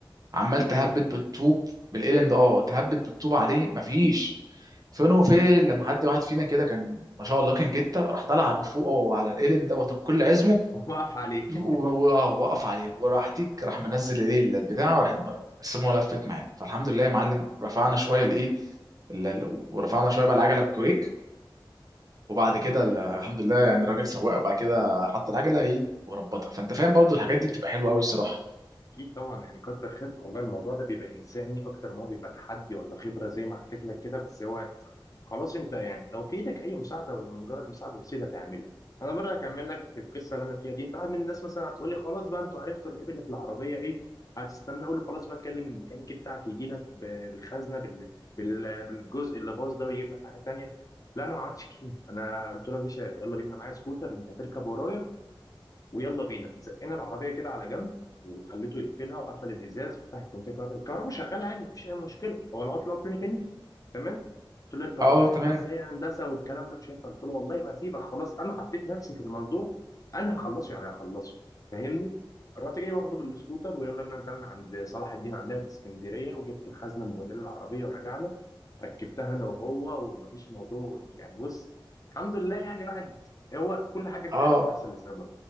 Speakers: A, on the right; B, on the left.
A: عمال
B: القلم
A: تهبد بالطوب بالقلم ده اه تهبد بالطوب عليه مفيش فين وفين لما حد واحد فينا كده كان ما شاء الله كان جته راح طلع بفوقه على القلم دوت بكل عزمه
B: ووقف عليه
A: و-
B: <laughs>
A: و- آه، وقف عليه وراح تيك راح منزل ايه ال- البتاع وراح السموه لفت معانا فالحمد لله يا معلم رفعنا شويه الايه ال- ال- ورفعنا شويه بقى العجله بالكويك وبعد كده ال- الحمد لله يعني الراجل سواق وبعد كده حط العجله ايه وربطها فانت فاهم برضو الحاجات دي بتبقى حلوه قوي الصراحه
B: اكيد طبعا يعني كتر خيرك والله الموضوع ده بيبقى انساني اكتر ما هو بيبقى تحدي ولا خبره زي ما حكيت لك كده بس هو خلاص انت يعني لو في ايدك اي مساعده ولا مجرد مساعده بسيطه تعملها انا برضه هكمل لك القصه اللي انا فيها دي انت واحد من الناس مثلا هتقول لي خلاص بقى انتوا عرفتوا العيب اللي في العربيه ايه هتستنى اقول له خلاص بقى كلم الميكانيكي بتاعك يجي لك ب- بالخزنه بال... بال... بالجزء اللي باظ ده ويجيب لك حاجه تانيه لا انا ما عملتش كده انا قلت له يا باشا يلا بينا أنا معايا سكوتر انت هتركب ورايا ويلا بينا زقنا العربيه كده على جنب وخليته يقفلها وقفل الازاز وفتح الكونتاكت وقفل الكهرباء شغاله عادي مفيش اي مشكله هو العطل عطل ميكانيكي تمام قلت له اركب
A: اه
B: ورايا
A: تمام
B: قال لي ازاي يا هندسه والكلام ده مش هينفع قلت له والله ما هسيبك خلاص انا حطيت نفسي في الموضوع انا هخلصه يعني هخلصه فاهمني رحت جاي واخده بالسكوتر ويلا بينا نزلنا عند صلاح الدين عندنا في اسكندريه وجبت الخزنه المبهدله العربيه ورجعنا ركبتها انا وهو ومفيش موضوع يعني بص الحمد لله يعني واحد هو كل حاجه انت
A: اه
B: عارف بتحصل لسبب